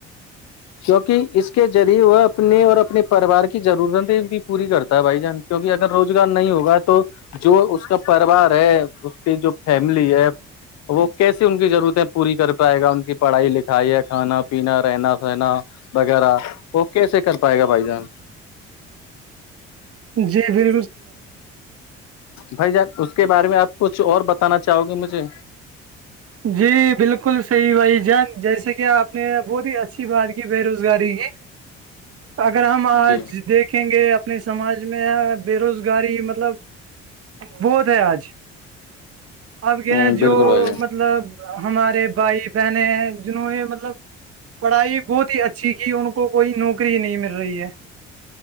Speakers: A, on the left (about 60°); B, on the right (about 45°).
A: کیونکہ اس کے ذریعے وہ اپنے اور اپنے پریوار کی ضرورتیں بھی پوری کرتا ہے بھائی جان کیونکہ اگر روزگار نہیں ہوگا تو جو اس کا پوار ہے اس کی جو فیملی ہے وہ کیسیے ان کی ضرورتیں پوری کر پائے گا ان کی پڑھائی لکھائی ہے کھانا پینا رہنا وغیرہ وہ کیسے کر پائے گا بھائی جان
B: جی فھر
A: بھائی جان اس کے بارے میں آپ کچھ اور بتانا چاہو گے مجھے
B: جی بالکل صحیح بھائی جان جیسے کہ آپ نے بہت ہی اچھی بات کی بے روزگاری کی اگر ہم آج
A: جی
B: دیکھیں گے اپنے سماج میں بے روزگاری مطلب بہت ہے آج اپ کیا
A: ہ بالکل
B: جو
A: بھائی جان
B: مطب مطلب ہمارے بھائی بہن جنہوں نے مطلب پڑھائی بہت ہی اچھی کی ان کو کوئی نوکری نہیں مل رہی ہے